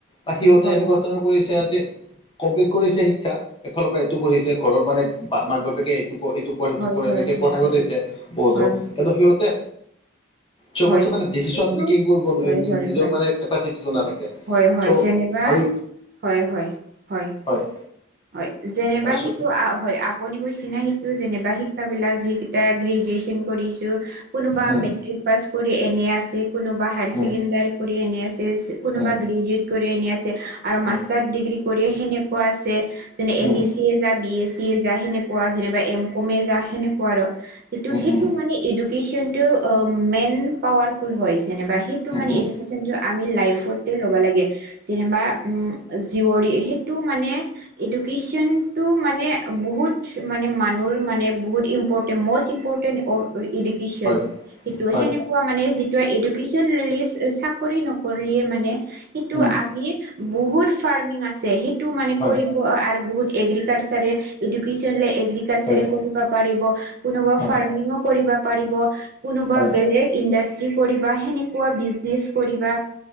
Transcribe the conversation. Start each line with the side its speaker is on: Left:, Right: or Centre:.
Left: বা সিহঁতে
Right: হয়
Left: এনেকুৱা ধৰণৰ কৰিছে আজি কমপ্লিট কৰিছে শিক্ষা এইফালৰ পৰা এইটো কৰিছে ঘৰত মানে বা মাক বাপেকে এইটো ক এইটো পঢ়
Right: হয়
Left: সিটো পঢ় এনেকে পঢ়াব
Right: হয়
Left: পঠাইছে প
Right: হয়
Left: দ
Right: হয়
Left: কিন্তু সিহঁতে চবত
Right: হয়
Left: চে মানে ডিচিচন
Right: সেইটো
Left: মেকিং কৰিব
Right: হয় হয়
Left: নিজৰ
Right: হয়
Left: মানে কেপাচিটিটো নাথাকে,
Right: হয় হয়
Left: চ'
Right: যেনিবা
Left: আমি
Right: হয় হয় হয়।
Left: হয়।
Right: হয় যেনেবা
Left: তাৰপিছত
Right: সেইটো হয় আপুনি কৈছে না সেইটো যেনেবা শিক্ষা বিলাক যি কিতা গ্ৰেজুুৱেচন কৰিছো কোনোবা
Left: উম
Right: মেট্ৰিক পাছ কৰি এনে আছে কোনোবা হায়াৰ
Left: উম
Right: ছেকেণ্ডেৰী পঢ়ি এনে আছে। কোনোবা
Left: উম
Right: গ্ৰেজুুৱেট কৰি আনি আছে, আৰু মাষ্টাৰ
Left: উম
Right: ডিগ্ৰী কৰিয়ে সেনেকুৱা আছে যেনে
Left: um
Right: M A C A যা বি এছ চি এ যা সেনেকুৱা যেনিবা এম কমে যা সেনেকুৱা আৰু যিটো
Left: উম
Right: সেইটো
Left: উম
Right: মানে এডুকেশ্যনটো মেইন পাৱাৰফুল হয় যেনেবা সেইটো
Left: উম
Right: মানে
Left: উম
Right: এডুকেশ্যনটো আমি লাইফত ল'ব লাগে যেনিবা উম জীয়ৰী সেইটো মানে এডুকেশ্যনটো মানে বহুত মানে মানুহৰ মানে বহুত important most important of education
Left: হয়
Right: সেইটো
Left: হয়
Right: সেনে কোৱা মানে যি এডুকেশ্যন ৰিলন্স চাকৰি নকৰিলে মানে সেইটো
Left: উম
Right: আমি বহুত ফাৰ্মিং আছে সেইটো মানে
Left: হয়
Right: কৰিব আৰু বহুত এগ্ৰিকালচাৰে এডুকেশ্যন এগ্ৰিকালচাৰে
Left: হয়
Right: কৰি ব পাৰিব কোনোবা
Left: হয়
Right: ফাৰ্মিঙো কৰিব পাৰিব। কোনোবা
Left: হয়
Right: বেলেগ ইণ্ডাষ্ট্ৰী কৰিবা সেনেকুৱা বিজনেচ কৰিবা।